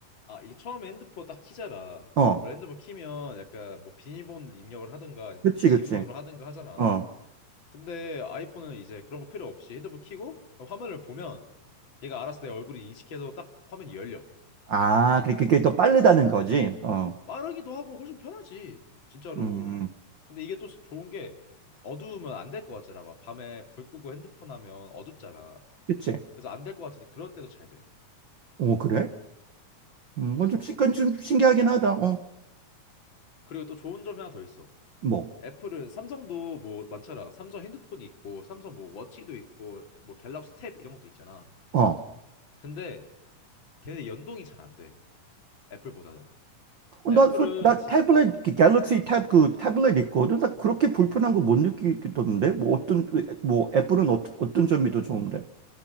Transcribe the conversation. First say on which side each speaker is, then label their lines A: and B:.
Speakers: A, on the left; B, on the right.
A: 아, 이게 처음에 핸드폰 딱 키잖아.
B: 어,
A: 원래 핸드폰 키면 약간 뭐 비밀번호를 입력을 하든가 아니면
B: 그치
A: 뭐 지문으로
B: 그치.
A: 하든가 하잖아.
B: 어,
A: 근데 아이폰은 이제 그런 거 필요 없이 핸드폰 키고 그럼 화면을 보면 얘가 알아서 내 얼굴을 인식해서 딱 화면이 열려.
B: 아 그게 그게 더 빠르다는 거지. 어,
A: 빠르기도 하고 훨씬 편하지. 진짜로.
B: 음,
A: 근데 이게 또 좋은 게 어두우면 안 될 것 같잖아. 막 밤에 불 끄고 핸드폰 하면 어둡잖아.
B: 그치.
A: 그래서 안 될 것 같은데 그럴 때도 잘 돼.
B: 오 그래? 음,
A: 음.
B: 그건 좀, 시- 그건 좀 신기하긴 하다. 어,
A: 그리고 또 좋은 점이 하나 더 있어.
B: 뭐,
A: 애플은 삼성도 뭐 많잖아. 삼성 핸드폰이 있고, 삼성 뭐 워치도 있고, 뭐 갤럭시 탭 이런 것도 있잖아.
B: 어.
A: 근데 걔네 연동이 잘 안 돼. 애플보다는.
B: 어,
A: 애플은
B: 나, 솔- 나
A: 진
B: 태블릿,
A: 음.
B: 그 갤럭시 탭, 그 태블릿 있거든. 나 그렇게 불편한 거 못 느끼겠던데? 뭐, 어떤, 뭐, 애플은 어, 어떤 점이 더 좋은데?